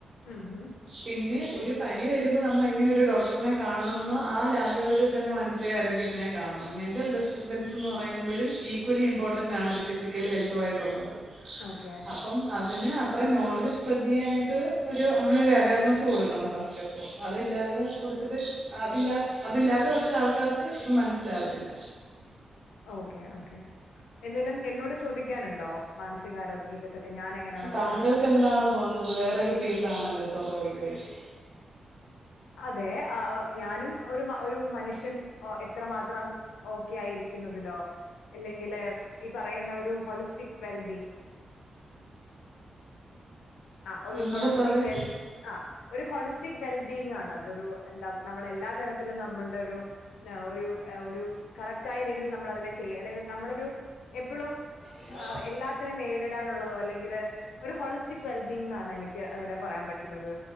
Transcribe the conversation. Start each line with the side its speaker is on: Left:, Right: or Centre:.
Left: മ് ഹു.
Right: പിന്നെ ഒരു പനി വരുമ്പം നമ്മൾ എങ്ങനെ ഒരു ഡോക്ടറ്നെ കാണുന്നു ആ ലാഘവത്തെ തന്നെ മാനസീകാരോഗ്യ നെ കാണുന്നു മെൻ്റൽ ഡിസ്റ്റർബൻസ് എന്ന് പറയുമ്പഴും ഈക്വലി ഇമ്പോർട്ടൻറ് ആണ് ഒരു ഫിസിക്കൽ ഹെൽത്തുയിട്ടുള്ളത്.
Left: ഓക്കെ
Right: അപ്പം അതിന് അത്ര നോളജ് സ്പ്രെഡ് ചെയ്യാനായിട്ട്. ഒരു അങ്ങനെ ഒരു അവെയർനെസ്സ് കൊടുക്കണം ഫസ്റ്റ് ഓഫ് ഓൾ അതില്ലാതെ കൊടുത്തിട്ട് അതില്ലാ അതില്ലാത്ത പക്ഷേ ആൾക്കാർക്ക് അത് മനസ്സിലാകത്തില്ല.
Left: <inaudible> ഓക്കേ ഓക്കേ എന്തേലും എന്നോട് ചോദിക്കാന്ണ്ടോ? മാനസികാരോഗ്യത്തെ. പറ്റെ ഞാന എങ്ങനെയാണത്
Right: താങ്കൾക്ക്
Left: കാണുന്നത്.
Right: എന്താണ് തോന്നുന്നത് വേറൊരു ഫീൽഡ് ആണല്ലോ സ്വാഭാവികായിട്ട്.
Left: അതെ ആ ഞാനും ഒരു മ ഒരു മനുഷ്യൻ ഒ എത്ര മാത്രം. ഓക്കെ ആയിരിക്കുന്നതിലോ അല്ലെങ്കില് ഈ പറയുന്ന ഒരു ഹോളിസ്റ്റിക് വെൽബീങ്. ആഹ് ഒരു
Right: ഒന്നുടെ
Left: ഹോളിസ്റ്റിക്
Right: പറയ്?
Left: വെൽ ആഹ് ഒരു ഹോളിസ്റ്റിക് വെൽബീയിങ് ആണ് അതൊരു എന്താ നമ്മള എല്ലാ തരത്തിലും നമ്മള്ടെ ഒരു. ആഹ് ഒരു എ ഒരു കറക്റ്റായ രീതിയിൽ നമ്മൾ അതിനെ ചെയ്യാ അല്ലെ <unintelligible> നമ്മളൊരു എപ്പളും.
Right: അയ്യോ.
Left: എല്ലാത്തിനും നേരിടാനുള്ളതോ അല്ലെങ്കിൽ ഒരു ഹോളിസ്റ്റിക് വെൽബീയിങ് ആണ് എനിക്ക് അതിനെ പറയാൻ പറ്റുന്നത്.